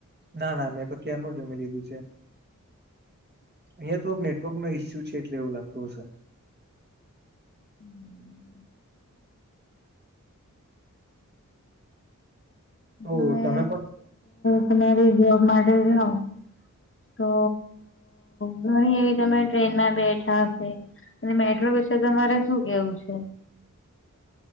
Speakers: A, on the right; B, on the left.
A: ના ના મેં તો ક્યારનું જમી લીધું છે. અહિયાં તો એક નેટવર્ક ન ઈસ્યુ છે એટલે એવું લાગતું હશે.
B: હમ <inaudible>
A: તો
B: તમે
A: પણ
B: તમારી જોબ માટે જાઓ તો ઘણી એવી તમે ટ્રેનમાં બેઠા હશે. અને મેટ્રો વિશે તમારે શું કેવું છે.